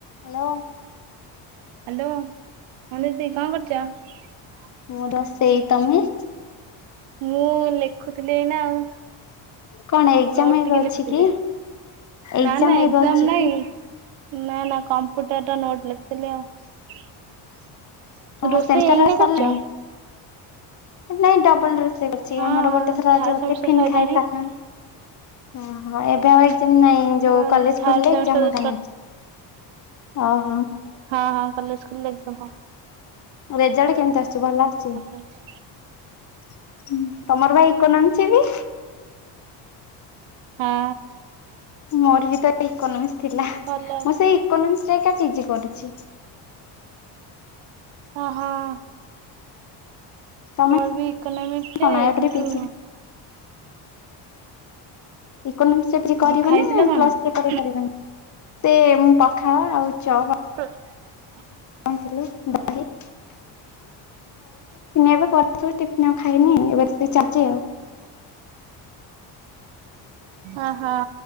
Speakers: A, on the left (about 40°); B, on the right (about 65°).
A: ହ୍ୟାଲୋ
B: ହାଲୋ, ହଁ ଦିଦି କଣ କରୁଛ?
A: ମୁଁ ରୋଷେଇ ତମେ?
B: ମୁଁ ଲେଖୁଥିଲି ଏଇନା ଆଉ।
A: କଣ ଏକ୍ସାମ୍
B: ନୋଟ
A: ଏବେ
B: ଟିକେ
A: ଅଛି
B: ଲେଖୁଥିଲି।
A: କି,
B: ନା
A: ଏକ୍ସାମ୍
B: ନା ଏକ୍ଜାମ
A: ଏବେ ଅଛି
B: ନାଇଁ
A: କି?
B: ନା ନା କମ୍ପ୍ୟୁଟରର ନୋଟ ଲେଖୁଥିଲି ଆଉ।
A: ହଁ
B: ରୋଷେଇ
A: ସେମିଷ୍ଟାର
B: ଏଇନା
A: ସରିଲାଣି?
B: କରୁଛ?
A: ନାଇଁ ଡବଲ ଡ୍ରେସ୍। ଆଜି
B: ହଁ
A: ଆମର ଗୋଟେ ଥର
B: ଥାର୍ଡ
A: ଆଜି
B: ସେମିଷ୍ଟର
A: ଟିଫିନ୍
B: ସରିଲାଣି।
A: ଖାଇସାରିଲଣି। ଓହୋଃ ଏବେ ଆଉ <inaudible> ନାଇଁ
B: ହଁ
A: ଯୋଉ କଲେଜ
B: ଥାର୍ଡ
A: ଖୋଲିଲେ
B: ସେମିଷ୍ଟର
A: ଏକ୍ଜାମ୍ ହେକା ନାଇଁ। ଅ।
B: ହଁ-ହଁ କଲେଜ। <unintelligible> ସହ।
A: ରେଜଲ୍ଟ କେମିତି ଆସୁଛି ଭଲ ଆସୁଛି?
B: ହେଇଛି।
A: ହୁଁ ତମର ପା ଇକୋନୋମିକ୍? ଯିବି।
B: ହଁ।
A: ମୋର ବି ତ ଇକୋନୋମିକ୍ସ। ଥିଲା
B: ଭଲ ଅଛି।
A: ମୁଁ ସେଇ ଇକୋନୋମିକ୍ସରେ ଏକା ପିଜି କରୁଛି।
B: ଓହୋଃ।
A: ତମେ
B: ମୋର ବି ଇକୋନୋମିକ
A: କଣ
B: ଯେ
A: ୟାପରେ
B: କିନ୍ତୁ।
A: ପିଜି ଇକୋନୋମିକ୍ସ <inaudible> କରିବ
B: ଆଉ ଖାଇଥିଲେ
A: ନା
B: କଣ?
A: ପ୍ଲସ୍ ଥ୍ରି ପରେ କରିବନି। ସେ ପଖାଳ ଆଉ ଚ।
B: <unintelligible>
A: କଣ। <unintelligible> <inaudible> ଏବେ କରିଥିଲୁ ଟିଫିନ ଆଉ ଖାଇନି ଏବେ ରୋଷେଇ ଚାଲିଛି ଆଉ।
B: ଆହା